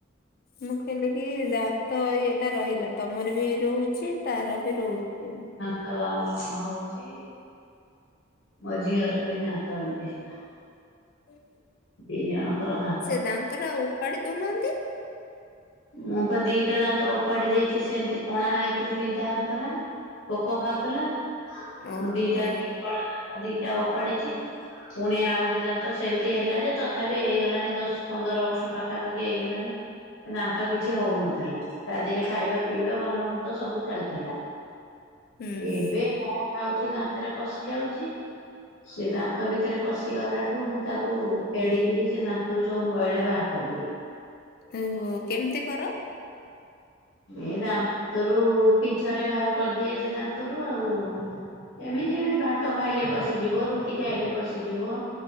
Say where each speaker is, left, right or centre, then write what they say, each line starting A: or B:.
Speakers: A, on the left; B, on the left.
A: ମୁଁ କହିଲି କି ଦାନ୍ତ ଇଏଟା ରହିଲା ତମର ବି ରହୁଚି। ତାର ବି ରହୁଚି।
B: ତ ହଉଚି। ମୋ ଝିଅର ବି ଦାନ୍ତ ଏମତି ହେଲା।
A: ହୁଁ
B: ଦି ଜଣଙ୍କର ଦାନ
A: ସେ ଦାନ୍ତ ଟା ଆ ଉପାଡି ଦଉ ନାହାଁନ୍ତି?
B: ମୁଁ ପା ଦିଟା ଦାନ୍ତ ଓପାଡି ଦେଇଚି। ସେମିତି କଣା ହେଇକିରି ବିନ୍ଧା ହଉଥିଲା। ପୋକ ଖାଉଥିଲା ମୁଁ
A: ଓହୋ
B: ଦିଟା କଲ ଦାନ୍ତ ଦିଟା ଓପାଡିଚି। ପୁଣି ଆଉ ଗୋଟେ ଦାନ୍ତ ସେମିତି ହେଲା ଯେ ତଥାପି ହେଇଗଲାଣି ଦଶ ପନ୍ଦର ବର୍ଷ ପାଖାପାଖି ହେଇଗଲାଣି। ଦାନ୍ତ କିଛି ହଉନଥିଲା ତା ଦେହରେ ଖାଇବା ପିଇବା ଭଲ ମନ୍ଦ ସବୁ ଚାଲିଥିଲା।
A: ହୁଁ।
B: ଏବେ ଯାହା ଖାଉଚି ଦାନ୍ତରେ ପଶି ଯାଉଚି। ସେ ଦାନ୍ତ ଭିତରେ ପଶିଗଲାଠୁ ମୁଁ ତାକୁ ଫେଡ଼ିକିରି ସେ ଦାନ୍ତରୁ ସବୁ ମଇଳା ବାହାର କରିଦିଏ।
A: ଓହୋ କେମିତି କର?
B: ଏ ଦାନ୍ତରୁ ପିଁଛ ରେ ବାହାର କରିଦିଏ ସେ ଦାନ୍ତରୁ ଆଉ। ଏମିତି ଭାତ ଖାଇଲେ ପଶିଯିବ ରୁଟି ଖାଇଲେ ପଶିଯିବ।